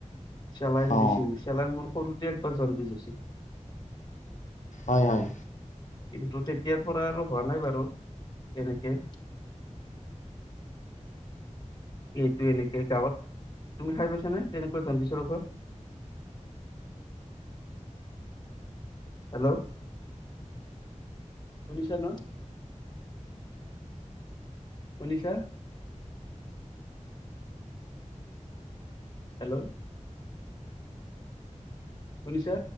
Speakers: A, on the left; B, on the left.
A: চেলাইন
B: অ
A: দিছিল চেলাইন মোৰ সৰুতে একবাৰ জণ্ডিছ হৈছিল।
B: হয়, হয়।
A: কিন্তু তেতিয়াৰ পৰা আৰু হোৱা নাই বাৰু তেনেকে এইটো এনেকে গাঁৱত তুমি খাই পাইছা নে তেনেকুৱা জণ্ডিছৰ ঔষধ হেল্ল' শুনিছা ন' শুনিছা। হেল্ল', শুনিছা।